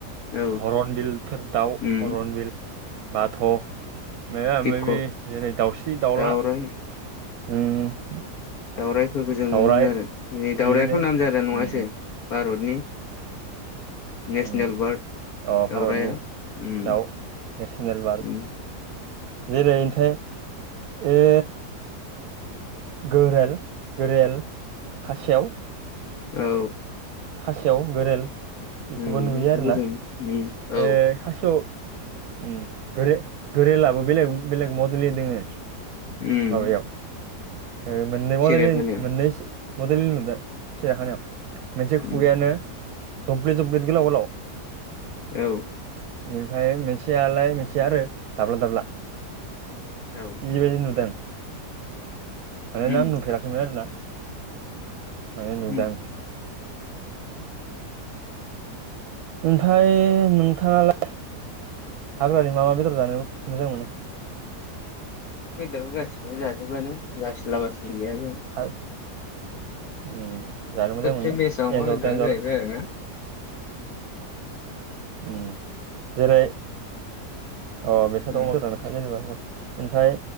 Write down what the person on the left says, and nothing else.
औ
उम
पिक'
दाउराइ
दाउरायाइफोरखौ जों नुनो
मोनो आरो जेरै
दाउरायथ' नाम जादा नङासै
भारतनि नेसनेल
बार्ड
दाउराया
उम
उम
औ
उम
बेखौबो
जों उम औ
उम
सेरेब होनो
उम
औ
औ
उम
उम
बेदरखौ गसिखौबो जाजोबोआनो बासिला बासिलि गैया बेयाव
सबसे
बेसाव अमा
बेदरानो
जाहैबाय आरोना
उम